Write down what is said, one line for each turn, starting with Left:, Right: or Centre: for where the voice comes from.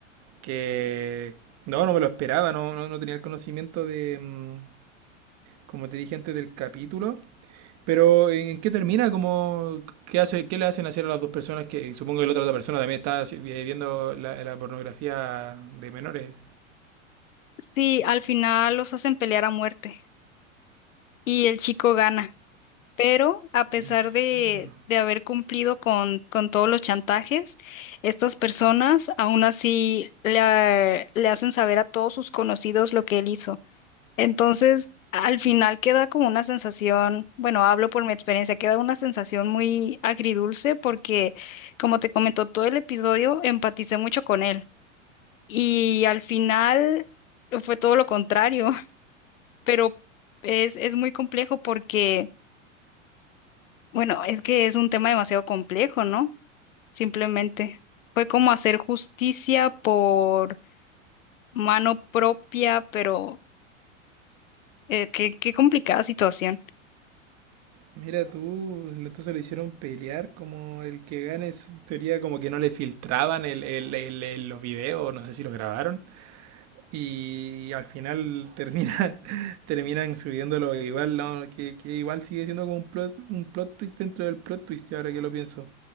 Right: que. No, no me lo esperaba, no, no, no tenía el conocimiento de. mm, Como te dije antes del capítulo. Pero ¿en qué termina? ¿Cómo, qué hace, qué le hacen hacer a las dos personas que supongo que la otra, otra persona también está así- eh, viendo la, la pornografía de menores?
Left: Sí, al final los hacen pelear a muerte y el chico gana. Pero a pesar
Right: ¿En serio?
Left: de, de haber cumplido con, con todos los chantajes, estas personas aún así le, le hacen saber a todos sus conocidos lo que él hizo. Entonces, al final queda como una sensación, bueno, hablo por mi experiencia, queda una sensación muy agridulce porque, como te comentó todo el episodio, empaticé mucho con él. Y al final fue todo lo contrario, <laughs> pero es, es muy complejo porque, bueno, es que es un tema demasiado complejo, ¿no? Simplemente fue como hacer justicia por mano propia, pero Eh, qué, qué complicada situación.
Right: Mira tú, entonces lo hicieron pelear como el que gane es teoría Como que no le filtraban el, el- el- el- los videos, no sé si los grabaron. y al final terminan <laughs> terminan subiéndolo igual, no, que, que igual sigue siendo como un plot, un plot twist dentro del plot twist ahora que lo pienso,